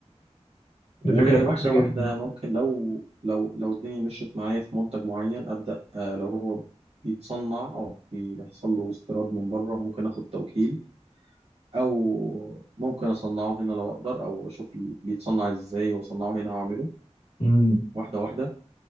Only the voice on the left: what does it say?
دي فكرة كويسة جدا
امم